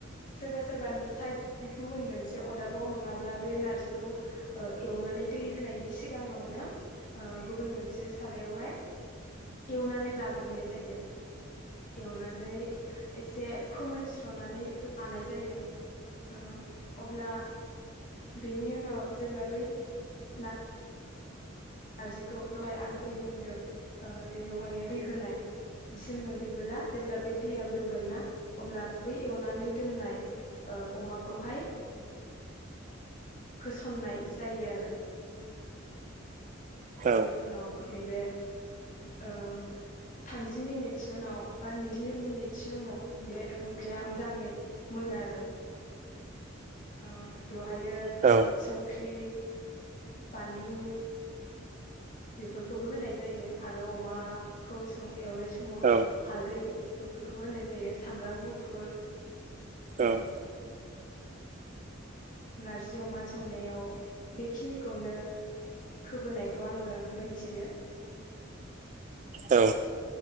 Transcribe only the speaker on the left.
सोरबा सोरबा साइद गुबुन मोनसे अरदाबाव नङाब्ला बे नारजिखौ एवनानै दै होनायनि सिगाङावनो ओ गुबुन मोनसे सारायावहाय एवनानै लाग्रोनाय जायो एवनानै एसे फोमोनस्रो नानै लानाय जायो ओ अब्ला बेनि उनाव जेब्ला बै ना नारजिखौ दहाय आं जेरै बुंदों जे बेवहाय दै होनाय सिम मोनफैबोला जेब्ला बे दैआ गोदौगोन ना अब्ला बै एवनानै दोननाय अमाखौहाय होसननाय जायो आरो।
बेनि उनाव नैबे ओ थामजि मिनिटसो उनाव बा नैजि मिनिटसो उनाव बे ओंख्रिया मोजाङै मोनो आरो। ओ बेवहायो
संख्रि बानलु बेफोरखौबो होनाय जायो आरो अमाखौ सं एवनाय समावहाय
हालदै बेफोरखौबो होनाय जायो सामब्राम गुफुर
ओ नारजि अमा संनायाव बेखिनिखौनो होबोनायखौ आङो मोनथियो।